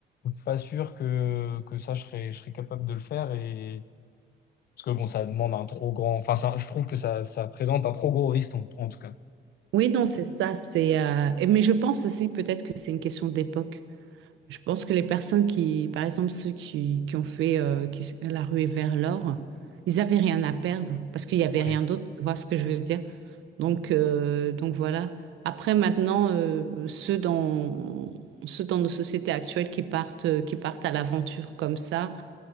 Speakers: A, on the left; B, on the right.
A: je suis pas sûr que, que ça, je serais, je serais capable de le faire. Et... Parce que bon, ça demande un trop grand. Enfin, ça- je trouve que ça, ça présente un trop gros risque, en, en tout cas.
B: Oui, non, c'est ça, c'est euh, et- mais je pense aussi peut-être que c'est une question d'époque. Je pense que les personnes qui, par exemple, ceux qui, qui ont fait euh, qui s- la ruée vers l'or, ils avaient rien à perdre parce qu'il n'y avait
A: Ouais,
B: rien d'autre. Tu vois ce que je veux dire? Donc, euh, donc voilà. Après, maintenant, euh, ceux dans, ceux dans nos sociétés actuelles qui partent, euh, qui partent à l'aventure comme ça,